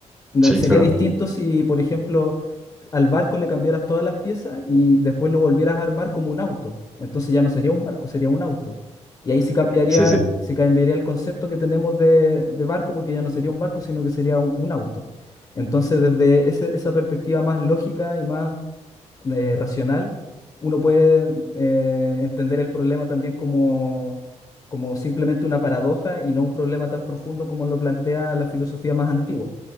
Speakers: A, on the left (about 30°); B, in the centre.
A: No,
B: sí,
A: sería
B: claro,
A: distinto si, por ejemplo, al barco le cambiaras todas las piezas y después lo volvieras a armar como un auto. Entonces ya no sería un barco, sería un auto. Y ahí sí cambiaría,
B: sí, sí,
A: sí cambiaría el concepto que tenemos de, de barco, porque ya no sería un barco, sino que sería un, un auto. Entonces, desde ese- esa perspectiva más lógica y más eh, racional, uno puede eh, entender el problema también como, como simplemente una paradoja y no un problema tan profundo como lo plantea la filosofía más antigua.